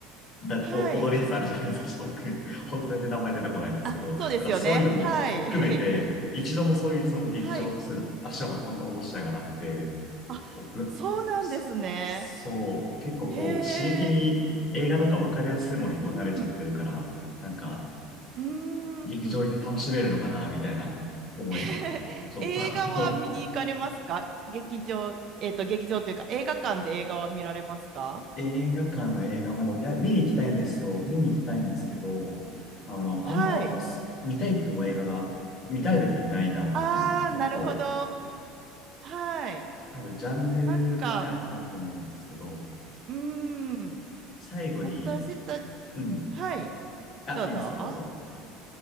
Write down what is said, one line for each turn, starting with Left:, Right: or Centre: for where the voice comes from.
Left: だ、
Right: はい。
Left: お、踊るやつあるじゃないですか。ちょっと僕、ほんと全然名前出てこないんですけど、
Right: あ、そうですよね。
Left: だからそういうのも含めて、
Right: はい。<laughs>
Left: 一度もそういうその劇場、
Right: はい。
Left: そういう足を運んだことしたがなくて、
Right: あ、
Left: 僕、
Right: そうなんですね。
Left: そ、そう、結構こう、
Right: へえ。
Left: 刺激に映画とか分かりやすいものにこう慣れちゃってるから、
Right: うん。
Left: なんか、
Right: うーん。
Left: 劇場行って楽しめるのかな、みたいな思いが、
Right: <laughs>
Left: ちょっと
Right: 映画は見に行かれますか劇場、えっと、劇場というか、映画館で映画は見られますか
Left: 映画館の映画も、いや、見に行きたいんですよ。見に行きたいんですけど、あの、
Right: はい。
Left: あんま、す見たいって思う映画が、見たい時にないなっていうのが結構、
Right: ああ、なるほど。はい。
Left: 多分ジャンルもね、
Right: なんか、
Left: あれだと思うんですけど、
Right: うーん。
Left: 最後に、
Right: 私たち、
Left: うん。
Right: はい。
Left: あ、
Right: どうぞ。
Left: いいですよ、どうぞ。